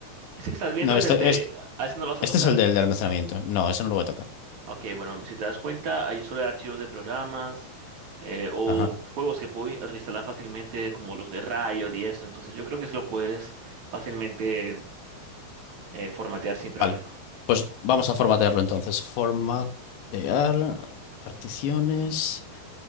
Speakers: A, on the right; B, on the left.
A: Ese que estás viendo
B: No,
A: es
B: esto
A: el
B: es,
A: D. A ese no lo vas
B: este
A: a tocar.
B: es el del de almacenamiento. No, eso no lo voy a tocar.
A: Ok, bueno, si te das cuenta, ahí suele haber archivos de programas eh, o
B: Ajá.
A: juegos que puedo reinstalar fácilmente, como los de Riot y esto. Entonces, yo creo que se lo puedes fácilmente eh, formatear sin problema.
B: Vale, pues vamos a formatearlo entonces. Formatear, particiones.